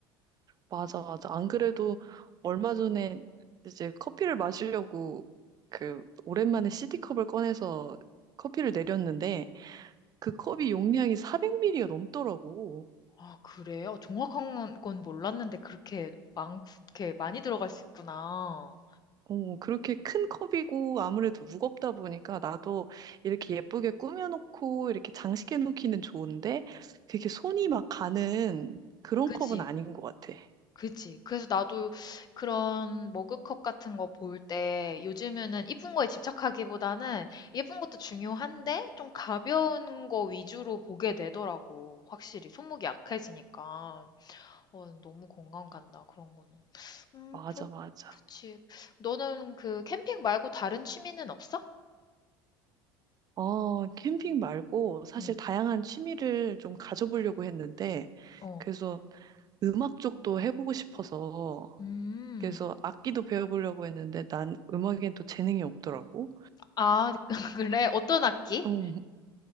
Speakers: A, on the right; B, on the left.
A: 맞아, 맞아. 안 그래도 얼마 전에 이제 커피를 마시려고 그 오랜만에 CD컵을 꺼내서 커피를 내렸는데 그 컵이 용량이 400ml가 넘더라고.
B: 아 그래요? 정확한 건 몰랐는데 그렇게 많고 이렇게 많이 들어갈 수 있구나.
A: 어, 그렇게 큰 컵이고 아무래도 무겁다 보니까 나도 이렇게 예쁘게 꾸며놓고 이렇게 장식해 놓기는 좋은데 되게 손이 막 가는 그런
B: 그지,
A: 컵은 아닌 것 같아.
B: 그지. 그래서 나도 그런 머그컵 같은 거 볼 때 요즘에는 이쁜 거에 집착하기보다는 예쁜 것도 중요한데 좀 가벼운 거 위주로 보게 되더라고. 확실히 손목이 약해지니까. 어, 너무 공감 간다. 그런 거는. 음,
A: 맞아,
B: 그렇,
A: 맞아.
B: 그치. 너는 그 캠핑 말고 다른 취미는 없어?
A: 어, 캠핑 말고 사실
B: 응.
A: 다양한 취미를 좀 가져보려고 했는데,
B: 어.
A: 그래서 음악 쪽도 해보고 싶어서,
B: 음.
A: 그래서 악기도 배워보려고 했는데, 난 음악엔 또 재능이 없더라고.
B: 아, <laughs> 그래? 어떤 악기?
A: 음,